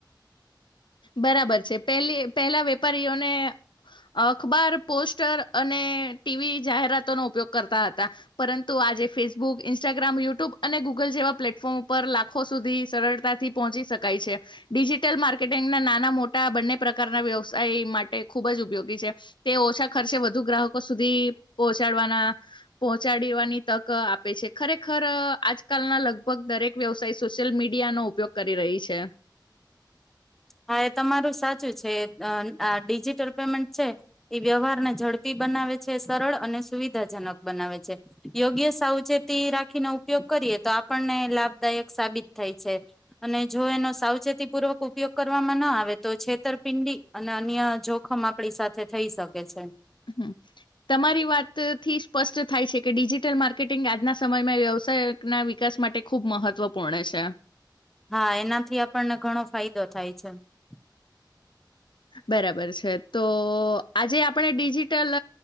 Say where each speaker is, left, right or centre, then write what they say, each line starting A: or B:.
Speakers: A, on the left; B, in the centre.
A: બરાબર છે પેલી પહેલા વેપારીઓને અખબાર, પોસ્ટર અને ટીવી જાહેરાતોનો ઉપયોગ કરતા હતા પરંતુ આજે ફેસબુક, ઇન્સ્ટાગ્રામ, યુટ્યુબ અને ગૂગલ જેવા પ્લેટફોર્મ ઉપર લાખો સુધી સરળતાથી પહોંચી શકાય છે ડિજિટલ માર્કેટ ટિગના નાના મોટા બંને પ્રકારના વ્યવસાય માટે ખૂબ જ ઉપયોગી છે તે ઓછા ખર્ચે વધુ ગ્રાહકો સુધી પહોંચાડવાના પહોચાડવાની તક આપે છે ખરેખર આજકાલના લગભગ દરેક વ્યવસાય સોશિયલ મીડિયાનો ઉપયોગ કરી રહી છે.
B: હા એ તમારું સાચું છે અ આ ડિજિટલ પેમેન્ટ છે એ વ્યવહારને ઝડપી બનાવે છે સરળ અને સુવિધાજનક બનાવે છે યોગ્ય સાવચેતી રાખીને ઉપયોગ કરીએ તો આપણને લાભદાયક સાબિત થાય છે. અને જો એનો સાવચેતી પૂર્વક ઉપયોગ કરવામાં ન આવે તો છેતરપિંડી અને અન્ય જોખમ આપણી સાથે થઈ શકે છે.
A: હમ્મ, તમારી વાતથી સ્પષ્ટ થાય છે કે ડિજિટલ માર્કેટિંગ આજના સમયમાં વ્યવસાયના વિકાસ માટે ખૂબ મહત્વપૂર્ણ છે.
B: હા એનાથી આપણને ઘણો ફાયદો થાય છે. અચ છે
A: બરાબર છે તો આજે આપણે ડિજિટલ